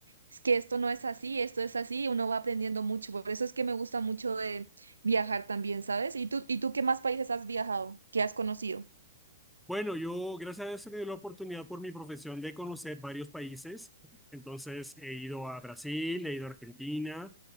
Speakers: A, on the right; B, in the centre.
A: Es que esto no es así, esto es así, uno va aprendiendo mucho. Por eso es que me gusta mucho de viajar también, ¿sabes? ¿Y tú, y tú qué más países has viajado, qué has conocido?
B: Bueno, yo gracias a Dios he tenido la oportunidad por mi profesión de conocer varios países. Entonces he ido a Brasil, he ido a Argentina,